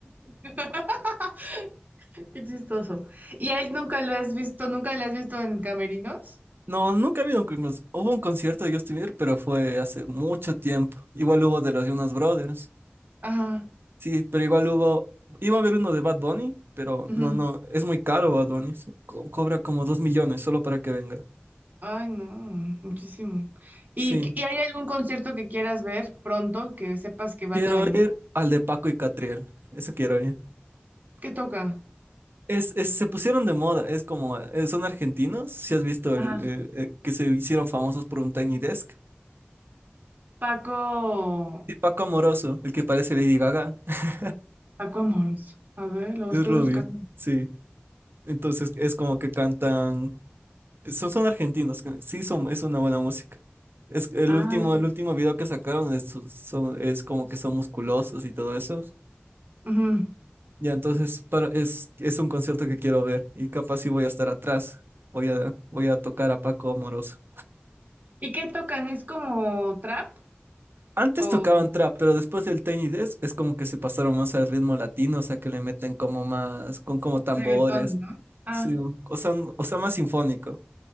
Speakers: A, on the right; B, on the right.
A: <laughs> Qué chistoso. ¿Y a él nunca lo has visto? ¿Nunca le has visto en camerinos?
B: No, nunca ha habido un, con- hubo un concierto de Justin Bieber, pero fue hace mucho tiempo. Igual hubo de los Jonas Brothers.
A: Ajá.
B: Sí, pero igual hubo, iba a haber uno de Bad Bunny, pero
A: ujú.
B: no, no, es muy caro Bad Bunny, so- co- cobra como dos millones solo para que venga.
A: Ay, no, muchísimo. ¿Y,
B: Sí,
A: y hay algún concierto que quieras ver pronto, que sepas que van
B: quiero
A: a venir?
B: ir al de Paco y Catriel, eso quiero ir.
A: ¿Qué toca?
B: Es, es- se pusieron de moda, es como, eh, son argentinos, si has visto el,
A: Ajá.
B: eh, eh, que se hicieron famosos por un Tiny Desk.
A: Paco,
B: Y Paco Amoroso, el que parece Lady Gaga, <laughs>
A: Paco Amoroso. A ver, lo
B: es
A: estoy
B: rubio,
A: buscando.
B: sí. Entonces es como que cantan Son, son argentinos, que sí son, es una buena música. Es que el
A: Ay,
B: último, el último video que sacaron es, son, son- es como que son musculosos y todo eso.
A: ujú.
B: Ya, entonces para, es, es un concierto que quiero ver y capaz si voy a estar atrás. Voy a, voy a tocar a Paco Amoroso.
A: ¿Y qué tocan? ¿Es como trap?
B: Antes
A: O
B: tocaban trap, pero después del Tiny Desk es como que se pasaron más al ritmo latino, o sea que le meten como más, con como tambores.
A: reggaetón, ¿no? Ah,
B: Sí, o sea, un- o sea, más sinfónico.